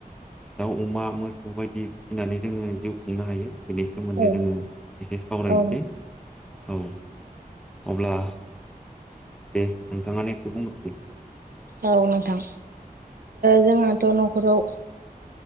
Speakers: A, in the centre; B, on the right.
A: दाउ अमा मोसौ बायदि फिसिनानै जोङो जिउ खुंनो हायो बेनि सोमोन्दै
B: औ
A: जोङो एसे सावरायनोसै
B: औ
A: औ अब्ला दे नोंथाङाानो एसे बुंग्रोदो
B: औ नोंथां जोंहाथ' न'खराव